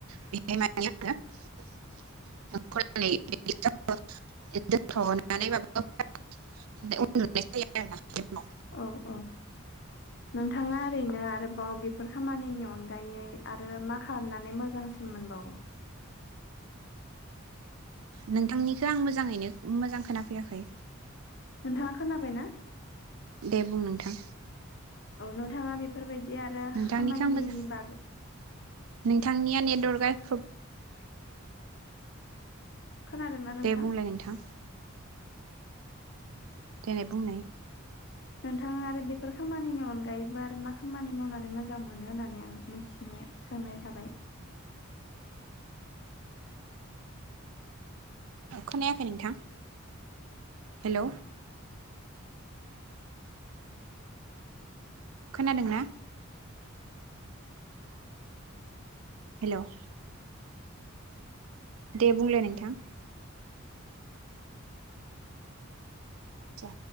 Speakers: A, on the right; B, on the left.
A: बेहाय <unintelligible> <unintelligible> <unintelligible> दोनथनानैबाबो उन्दुनाय जायो आरो ना बेनि उनाव <unintelligible>
B: औ औ नों बिथाङा ओरैनो आरोबाव बेफोर खामानिनि अन अनगायै आरो मा खालामनानै मोजांसिन मोनबावो
A: नोंथांनिखौ आं मोजाङैनो मोजां खोनाफैयाखै।
B: नोंथाङा खोनाबाय ना?
A: दे बुं नोंथां।
B: औ नोंथाङा बेफोरबायदि बिदि आरो
A: नोंथांनिखौ
B: खामानिनि
A: आं मोजां
B: बागै
A: नोंथांनिया नेदवर्कआ प्र
B: <inaudible> खोनादोंना नोंथां?
A: दे बुंलाय नोंथां देनाय बुंनाय।
B: नोंथाङा आरो बेफोर खामानिनि अनगायैबो आरो मा खामानि मावनानै मोजां मोनो होननानै आं मिथिनाय सोंनाय थाबाय।
A: खोनायाखै नोंथां हेल' खोनादों ना? हेल'। दे बुंलाय नोंथां। जा